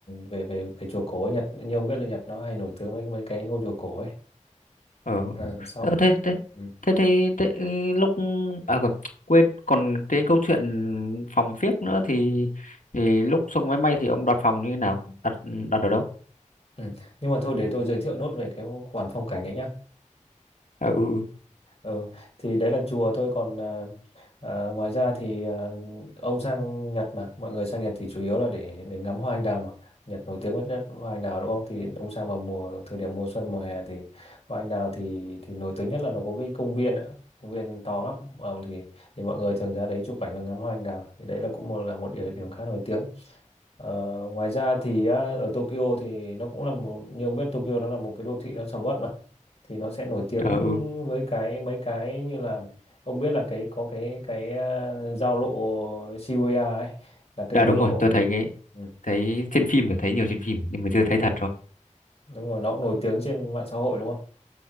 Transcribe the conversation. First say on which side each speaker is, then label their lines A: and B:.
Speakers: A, on the left; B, on the left.
A: về về về chùa cổ ở Nhật như ông biết là Nhật nó hay nổi tiếng với mấy cái ngôi chùa cổ ấy.
B: ờ
A: Ờ, sau.
B: Ờ, thế thế
A: Ừ.
B: thế thế, thế ừ, lúc à quên quên, còn cái câu chuyện phòng phiếc nữa thì thì lúc xuống máy bay thì ông đặt phòng như thế nào đặt đặt ở đâu
A: Ừ. Nhưng mà thôi để tôi giới thiệu nốt về cái khoản phong cảnh ấy nhá.
B: à, ừ
A: ừ thì đấy là chùa thôi còn à, à, ngoài ra thì à, ông sang Nhật mà mọi người sang Nhật thì chủ yếu là để để ngắm hoa anh đào mà Nhật nổi tiếng với nhất hoa anh đào đúng không thì ông sang vào mùa thời điểm mùa xuân mùa hè thì hoa anh đào thì thì nổi tiếng nhất là nó có cái công viên nữa công viên to lắm ờ, thì thì mọi người thường ra đấy chụp ảnh và ngắm hoa anh đào thì đấy là cũng một là một địa điểm khá nổi tiếng Ờ, ngoài ra thì á, ở Tokyo thì nó cũng là một như ông biết Tokyo nó là một cái đô thị nó sầm uất mà thì nó sẽ nổi tiếng
B: ừ à, ừ
A: với cái mấy cái như là ông biết là cái có cái cái à, giao lộ Shibuya ấy là cái
B: đã
A: giao
B: đúng
A: lộ
B: rồi tôi thấy
A: ừ.
B: cái
A: Ừ.
B: thấy trên phim thì thấy nhiều trên phim nhưng mà chưa thấy thật
A: đúng rồi nó cũng nổi tiếng trên mạng xã hội đúng không